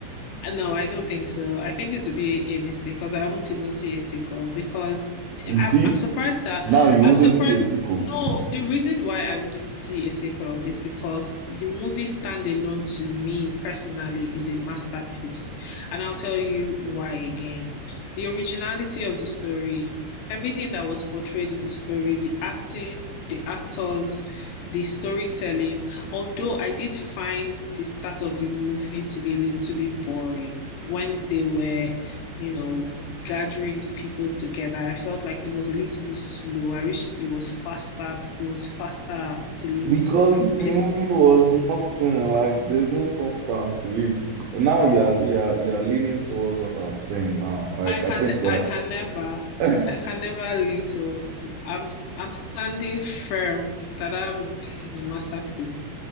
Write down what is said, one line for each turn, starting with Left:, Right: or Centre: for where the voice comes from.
Left: Uh, No, I don't think so. I think it would be a mistake because I won't even see a sequel because
Right: You
Left: I'm
Right: see,
Left: I'm surprised that
Right: now you
Left: I'm
Right: wouldn't
Left: surprised.
Right: see a sequel.
Left: No, the reason why I wouldn't see a sequel is because the movie standalone to me personally is a masterpiece, and I'll tell you why again. The originality of the story, everything that was portrayed in the story, the acting, the actors, the storytelling. Although I did find the start of the movie to be a little bit boring when they were, you know, gathering the people together, I felt like it was a little bit slow. I wish it was faster. It was faster a little,
Right: because
Left: like the pacing.
Right: the movie was nothing like there's no substance to it. Now you are you are you are leaning towards what I'm saying now. Like
Left: I can,
Right: I think we're
Left: I can never,
Right: <laughs>
Left: I can never lean towards you. I'm, I'm standing firm that that movie is a masterpiece.